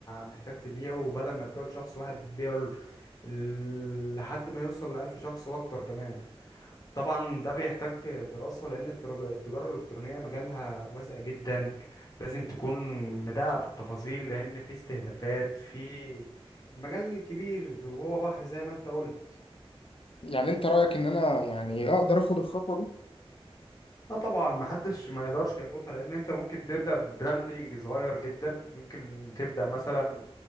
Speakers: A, on the left; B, on the left.
A: محتاج تبيعه وبدل ما تبيعه لشخص واحد تبيعه ل- لحد ما يوصل لألف شخص واكتر كمان طبعا ده بيحتاج دراسة لأن الترج- التجارة الإلكترونية مجالها واسع جدا لازم تكون مدقق في التفاصيل لأن في استهدافات في المجال كبير وهو بحر زي ما انت قلت
B: يعني انت رأيك ان انا يعني اقدر اخد الخطوة دي
A: اه طبعا محدش ما يقدرش ياخدها لأن انت ممكن تبدأ براندنج صغير جدا ممكن تبدأ مثلا